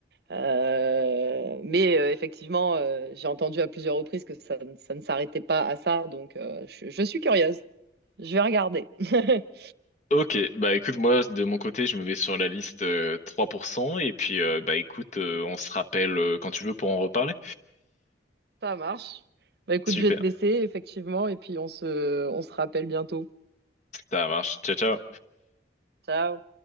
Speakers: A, on the right; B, on the left.
A: Euh, mais euh, effectivement, euh, j'ai entendu à plusieurs reprises que ça, ne ça ne s'arrêtait pas à ça, donc euh, je, je suis curieuse. Je vais regarder. <laughs>
B: Ok, bah écoute, moi de mon côté, je me mets sur la liste euh, 3% et puis euh, bah écoute, euh, on se rappelle euh, quand tu veux pour en reparler.
A: Ça marche. Bah écoute,
B: Super,
A: je vais te laisser, effectivement, et puis on se, on se rappelle bientôt.
B: ça marche. Ciao, ciao.
A: Ciao.